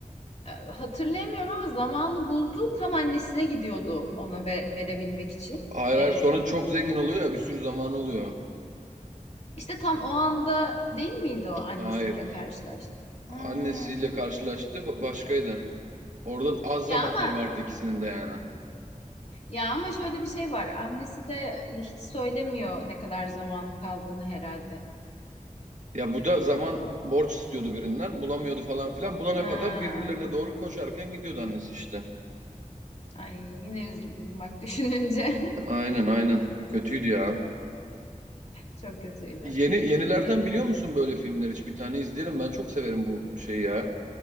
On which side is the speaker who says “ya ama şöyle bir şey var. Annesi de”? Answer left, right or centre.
Left